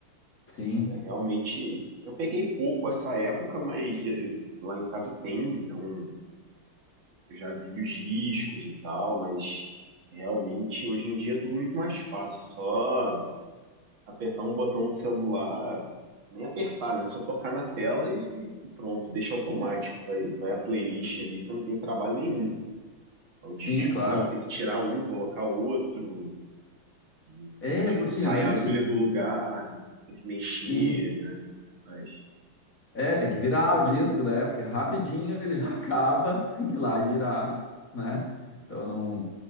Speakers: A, on the left; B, on the right.
A: Sim,
B: É, realmente, eu peguei pouco essa época, mas eh, lá em casa tem, então eu já vi os discos e tal, mas realmente hoje em dia é tudo muito mais fácil, só apertar um botão no celular, nem apertar, né? Só tocar na tela e e pronto, deixa automático. Vai, vai a playlist ali, você não tem trabalho nenhum. O disco
A: sim, claro.
B: não, tem que tirar um, colocar outro. E,
A: É,
B: às vezes
A: porque
B: sai
A: antes,
B: a agulha do lugar, tem que, tem que mexer,
A: sim.
B: né? Mas
A: É, tem que virar o disco, né? Porque rapidinho ele já <laughs> acaba, tu tem que ir lá e virar, né? Então não,